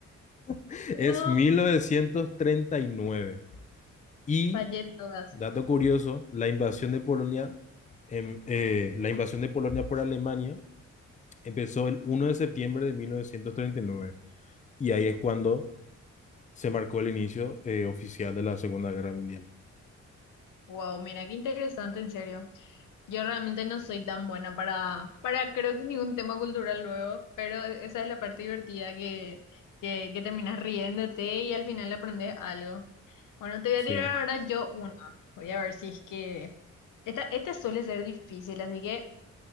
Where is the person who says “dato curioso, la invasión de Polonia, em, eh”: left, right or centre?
Left